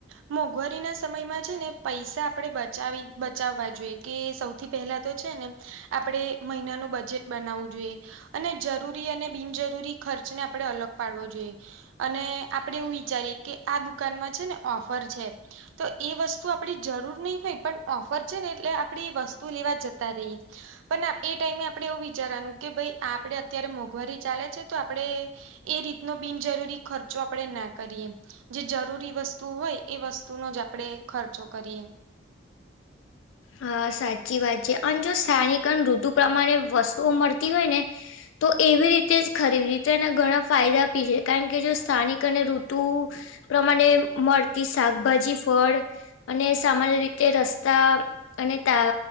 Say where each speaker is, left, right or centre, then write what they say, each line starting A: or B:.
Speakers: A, on the right; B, on the left.
A: મોંઘવારી ના સમયમાં છે ને પૈસા આપણેે બચાવી બચાવવા જોઈએ. કે સૌથી પહેલા તો છે ને આપણેે મહિનાનું બજેટ બનાવવું જોઈએ. અને જરૂરી અને બિનજરૂરી ખર્ચને આપડે અલગ પાડવો જોઈએ. અને આપડે એવું જ્યારે કે આ દુકાનમાં છે ને ઓફર છે. તો એ વસ્તુ આપડી જરૂર નહી હોય પણ ઓફર છે ને એટલે આપણે એ વસ્તુ લેવા જતા રહીએ. પણ એ ટાઈમે આપડે એવું વિચારવાનું કે ભાઈ આપણે અત્યારે મોંઘવારી ચાલે છે. તો આપણે એ રીતનો બિનજરૂરી ખર્ચો આપડણે નાખ કરીએ જે જરૂરી વસ્તુ હોય એ વસ્તુનો જ આપણે ખર્ચો કરીએ
B: હા સાચી વાત છે અને જો સાથાનિકન ઋતુ પ્રમાણે વસ્તુઓ મળતી હોય ને તો એવી રીતે જ ખરીદી ર તો એના ઘણા ફાયદા આપી છે કારણ કે જો સ્થાનિક અને ઋતુ પ્રમાણે મળતી શાકભાજી, ફળ અને સામાન્ય રીતે રસ્તા, અને તા